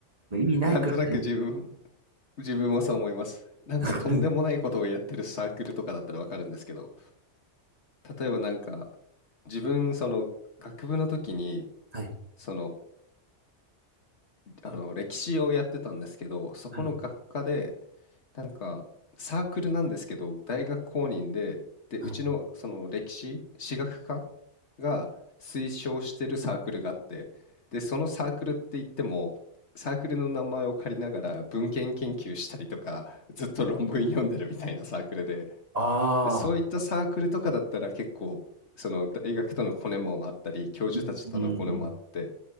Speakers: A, on the right; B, on the left.
A: まあ意味ないからね、
B: なんとなく自分、自分もそう思います。なんかとんでもないことをやってるサークルとかだったらわかるんですけど、
A: <laughs>
B: 例えばなんか、自分、その、学部の時に、
A: はい。
B: その、あの歴史をやってたんですけど、そこの学科で、
A: はい。
B: なんかサークルなんですけど、大学公認で、で、
A: はい。
B: うちのその歴史、史学科が推奨してるサークルがあって、で、そのサークルって言っても、サークルの名前を借りながら文献研究したりとか、ずっと論文読んでるみたいなサークルで、
A: ああ。
B: で、そういったサークルとかだったら結構、その大学とのコネもあったり、教授たちとのコネもあって、
A: うん